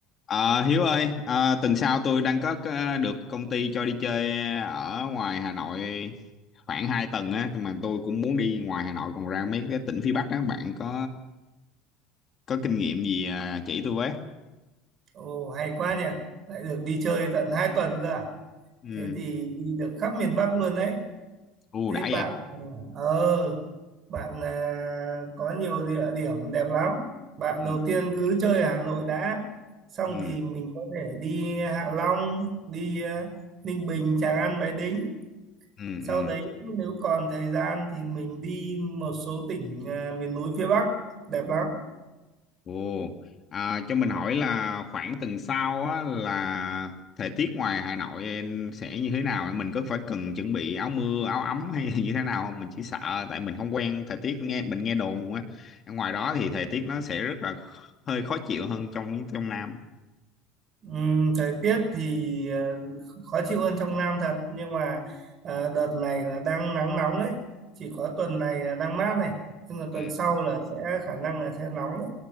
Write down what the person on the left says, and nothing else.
Ờ, Hiếu ơi, ờ, tuần sau tôi đang có, có được công ty cho đi chơi ở ngoài Hà Nội khoảng 2 tuần á, nhưng mà tôi cũng muốn đi ngoài Hà Nội còn ra mấy cái tỉnh phía Bắc á, bạn có có kinh nghiệm gì à, chỉ tôi với?
Ừ,
ưu
đãi
vậy.
Ừ,
ừ,
ừ,
ừ.
Ồ, à, cho mình hỏi là khoảng tuần sau á, là thời tiết ngoài Hà Nội sẽ như thế nào? Mình có phải cần chuẩn bị áo mưa, áo ấm hay <laughs> là như thế nào không? Mình chỉ sợ tại mình không quen thời tiết nghe mình nghe đồn á. Ở ngoài đó thì thời tiết nó sẽ rất là hơi khó chịu hơn trong trong Nam.
Ừ,